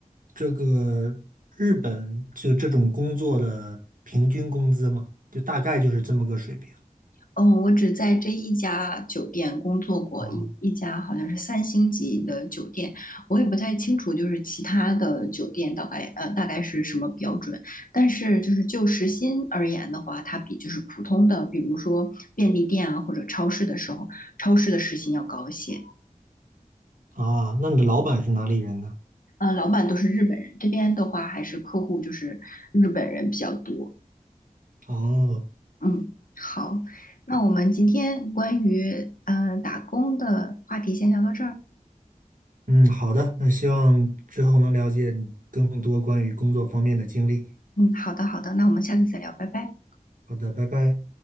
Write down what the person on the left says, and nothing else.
嗯，我只在这一家酒店工作过，
一一家好像是三星级的酒店，我也不太清楚，就是其他的酒店大概呃大概是什么标准。但是就是就时薪而言的话，它比就是普通的，比如说便利店啊或者超市的时候，超市的时薪要高一些。
呃，老板都是日本人，这边的话还是客户就是日本人比较多。
嗯，好，那我们今天关于嗯打工的话题先聊到这儿。
嗯，好的，好的，那我们下次再聊，拜拜。